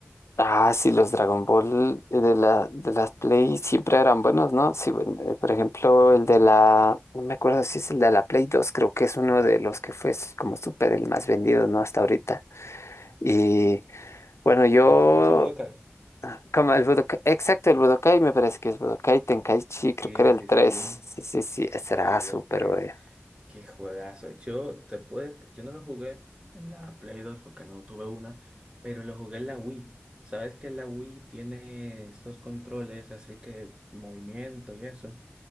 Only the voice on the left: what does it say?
Ah, sí, los Dragon Ball eh, de la, de las Play siempre eran buenos, ¿no? Sí, bueno, eh, por ejemplo,
el de la, no me acuerdo si es el de la Play dos creo que es uno de los que fue s- como súper el más vendido, ¿no? Hasta ahorita. Y bueno, yo,
como el Budokai, exacto, el Budokai me parece que es Budokai Tenkaichi, creo
que era el
tres
Sí, sí, sí, ese
era Asu,
pero...
eh, <laughs>